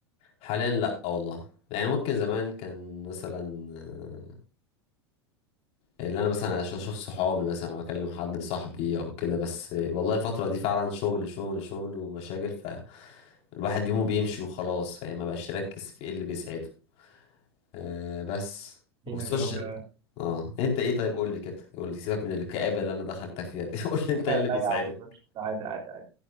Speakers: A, on the left; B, on the right.
A: حاليا لأ والله يعني ممكن زمان كان مثلا آه، اللي أنا مثلا أش- أشوف صحابي مثلا أو أكلم حد صاحبي أو كده بس آه، والله الفترة دي فعلا شغل شغل شغل ومشاغل فالواحد يومه بيمشي وخلاص فاهم مبقاش يركز في إيه اللي بيسعده أه بس
B: دينك
A: والسوشيال
B: يا رب <laughs>
A: اه انت ايه طيب قول لي كده قول لي سيبك من الكآبة اللي انا دخلتك فيها دي <laughs> قول لي انت ايه اللي بيسعدك
B: لا يا عم مفيش. عادي عادي